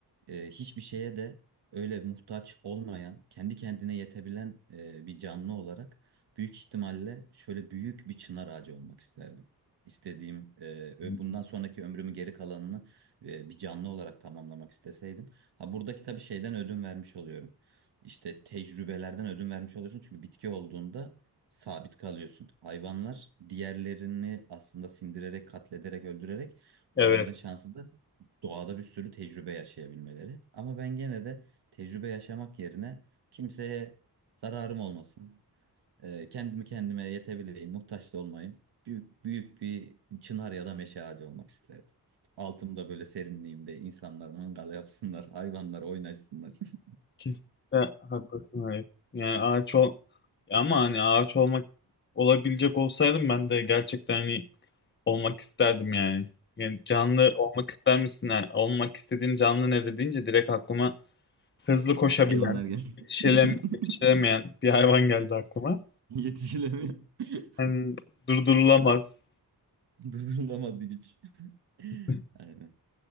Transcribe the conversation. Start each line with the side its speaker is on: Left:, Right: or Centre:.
Right: e, hiçbir şeye de öyle muhtaç olmayan, kendi kendine yetebilen e, bir canlı olarak büyük ihtimalle şöyle büyük bir çınar ağacı olmak isterdim. İstediğim, e, ö-
Left: yani.
Right: bundan sonraki ömrümü geri kalanını e, bir canlı olarak tamamlamak isteseydim. Ha buradaki tabii şeyden ödün vermiş oluyorum. İşte tecrübelerden ödün vermiş oluyorsun çünkü bitki olduğunda sabit kalıyorsun. Hayvanlar diğerlerini aslında sindirerek, katlederek, öldürerek
Left: Evet.
Right: onların şansı da doğada bir sürü tecrübe yaşayabilmeleri. Ama ben gene de tecrübe yaşamak yerine kimseye zararım olmasın, e, kendimi kendime yetebileyim, muhtaç da olmayayım. Büyük, büyük bir çınar ya da meşe ağacı olmak isterdim. Altımda böyle serinliğimde insanlar mangal yapsınlar, hayvanlar oynaşsınlar. <laughs>
Left: Kesinlikle haklısın Halep. Yani ağaç ol ama hani ağaç olmak olabilecek olsaydım ben de gerçekten hani olmak isterdim yani. Yani canlı olmak ister misin? Yani olmak istediğin canlı nedir deyince direkt aklıma hızlı koşabilen,
Right: Hayvanlar gel.
Left: yetişelem
Right: <laughs>
Left: yetişilemeyen bir hayvan geldi aklıma.
Right: Yetişilemiyor. <laughs>
Left: Hani durdurulamaz.
Right: <laughs> Durdurulamaz bir güç. <laughs>
Left: <laughs>
Right: Aynen.